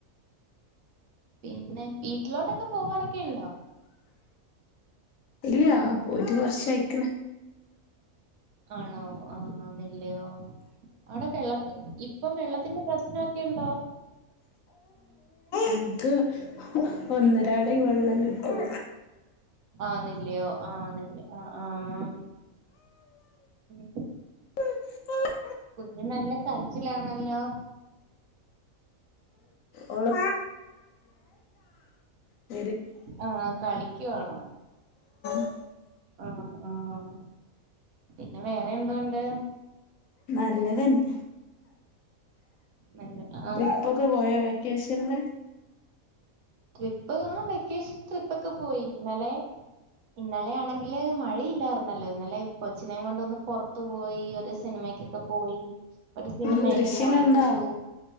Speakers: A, on the right (about 80°); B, on the left (about 75°).
A: പിന്നെ വീട്ടിലോട്ടൊക്കെ പോവാറൊക്കെണ്ടോ
B: ഇല്ല പോയിട്ട് കൊറച്ചായിക്ക്‌ണ്
A: ആണോ ആഹ് അതല്ലെയോ അവടെ വെള്ളത്തി ഇപ്പം വെള്ളത്തിന്റെ പ്രശ്നൊക്കെണ്ടോ
B: ഇൻക്ക് ഒന്നരാടെ ഈ വെള്ളം കിട്ടും
A: ആന്നെല്ലോ ആഹ് നില്ല് ആഹ് ആഹ് ഉം
B: <inaudible>
A: കുഞ്ഞു നല്ല കരച്ചിലാണല്ലോ
B: ഓളെ <unintelligible>
A: ആ കളിക്കുവാണോ
B: <inaudible>
A: ആഹ് ആഹ് പിന്നെ വേറെ എന്തോണ്ട്
B: നല്ലതന്നെ
A: നല്ലെ ആഹ്
B: ട്രിപ്പൊക്കെ പോയോ വെക്കേഷൻല്
A: ട്രിപ്പ് ആഹ് വെക്കേഷൻ ട്രിപ്പക്കെ പോയി ഇന്നലെ ഇന്നലെയാണെങ്കില് മഴയില്ലായിരുന്നല്ലോ ഇന്നലെ കൊച്ചിനേം കൊണ്ടൊന്ന് പൊറത്ത് പോയി ഒരു സിനിമക്ക് ത്ത്പോയി ഒരു സിനിമയൊക്കെ
B: ഉം ദൃശ്യം
A: കാണിച്ചു
B: കണ്ടോ